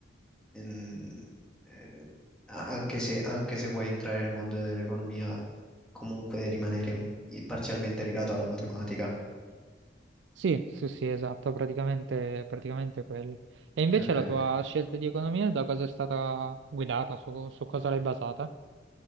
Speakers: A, in the centre; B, on the right.
A: mm, eh, a- anche se, anche se vuoi entrare nel mondo dell'economia, comunque rimanere un- parzialmente legato alla matematica.
B: Sì, sì, sì, esatto, praticamente, praticamente quello. E invece
A: Ok,
B: la tua
A: ok.
B: scelta di economia da cosa è stata guidata, su, su cosa l'hai basata?